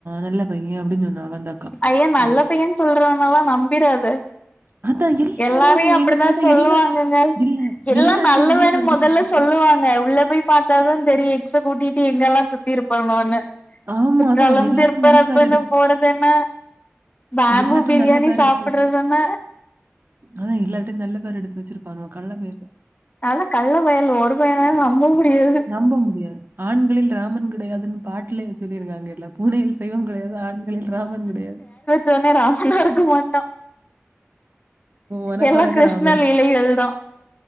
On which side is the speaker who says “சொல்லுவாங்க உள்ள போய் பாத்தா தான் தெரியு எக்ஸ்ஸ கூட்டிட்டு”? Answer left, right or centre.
Left